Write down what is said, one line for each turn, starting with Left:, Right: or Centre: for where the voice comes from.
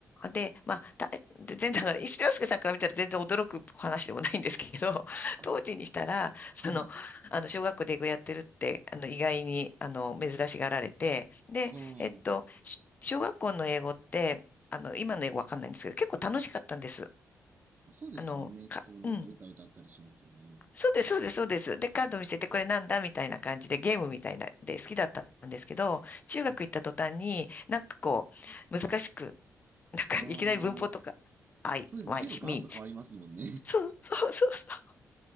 Left: で、まあ、た、で全然、だから、石井洋介さんから見たら全然驚く話でもないんですけど、<laughs>
Right: あ、
Left: 当時にしたら、その、
Right: はい。
Left: あの、小学校で英語やってるって、あの、意外に、あの、珍しがられて、で、
Right: は
Left: えっと、し小学校の英語って、あの、今の英語わかんないんですけど、結構楽しかったんです。
Right: あ。そうですよね。
Left: あの、か、
Right: こう、なんか歌歌ったりしますよね。
Left: うん。そうです、そうです、そうです。で、カード見せてこれなんだみたいな感じでゲームみたいなで好きだったんですけど、中学行った途端になんかこう、
Right: はい。
Left: 難しく、なんかいきなり文法とか、
Right: ああ、
Left: I,
Right: そうですね。
Left: Y,
Right: 結構ガラッと変わりますもんね。
Left: me. そう、そう、そう、そう。